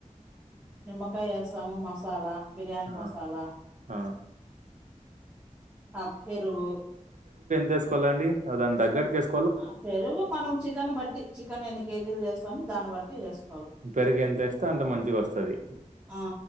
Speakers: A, on the right; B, on the right.
A: నిమ్మకాయ ఏస్తాము మసాలా బిర్యానీ
B: ఆ!
A: మసాలా
B: ఆ!
A: ఆ పెరుగు
B: వేసుకోవాలండి అ దాని దగ్గరకేస్
A: ఆ పెరుగు మనం చికెన్ బట్టి చికెన్ ఎన్ని కేజీలు చేస్ తం దాన్ని బట్టి వేస్
B: పెరుగు ఎంత వేస్తే అంత మంచిగ వస్తది
A: ఆ